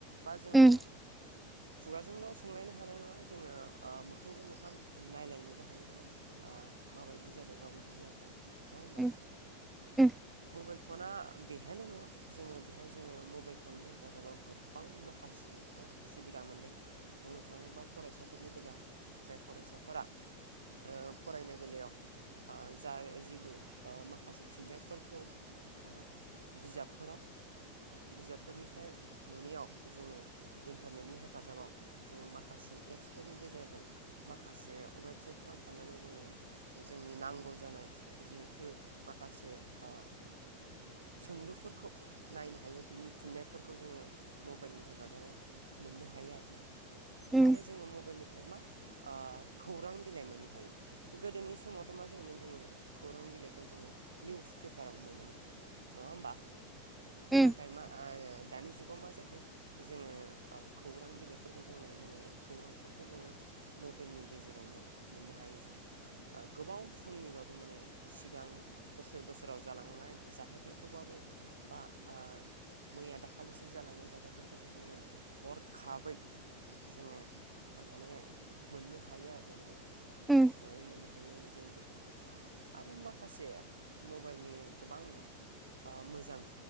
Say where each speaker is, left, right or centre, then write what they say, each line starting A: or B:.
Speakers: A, on the right; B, in the centre.
A: बा जोङो
B: उम
A: खुगाजोंल' सोंलायनो हानाय नङा जोङो मोखांजों मोखां नायलायनोबो हायो माने ओ माबायदि जादों माबायदि जायाखै नङा होमबा
B: उम उम
A: मबाइल फना बेहायल' नङा जोङो बेहाय जोङो मबाइल फननि हेफाजाबाव गोबां माखासेफोर सुबिदा मोन्दों बुंनो थाङोबा फरायसाफोरनि बेलायाव जाय फरायसाफोरा ओ फरायनाय बेलायाव ओ जा जेबो ओ माखासे फिन्नायफोरखौ ओ। बिजाबफोराव बिजाबफोरनिफ्राय मोनैयाव जोङो इन्टारनेटनि हेफाजाबाव जोङो माखासे एप्सफोरनि गेजेरजों माखासे वेबसाइटफोराव थांनानै जोङो जोंनि नांगौ जानाय जिहेथु माखासे ओ सोंलुफोरखौ नायनो हायो बिनि फिननायफोरखौ जोङो मबाइलनि हेफाजाबाव मोननो हायो आरो ना।
B: उम
A: आरो जोङो मबाइलनिफ्राय मा ओ खौरां बिलाइ मोननो हायो। गोदोनि समावथ' मा जायोमोन जोङो खौरां बिलाइखौ जोङो निउस पेपाराव मोनोमोन। नङा होमबा?
B: उम
A: नाथाय मा ओ दानि जुगाव मा जा खो जोङो ओ खौरां बिलाइफोरखौ जोङो माने खौरांफोरखौ जोङो मबाइलनि गेजेरावनो मोननो हायो जों। गोबाव समनिबाबो माने सिगां बोसोर-बोसोराव जालांनाय जा थायफोरखौब्लाबो बेफोरखौबाबो बा ओ मैया दाखालिसो जालांनाय जाथायफोरखौबो जोङो हरखाबै जोङो माने मोननो हायो आरो ना माने।
B: उम
A: गोख्रोङै मोननो हायो। हायो जों बेफोरखौ आरो माखासे मबाइलनि गोबां ओ मोजां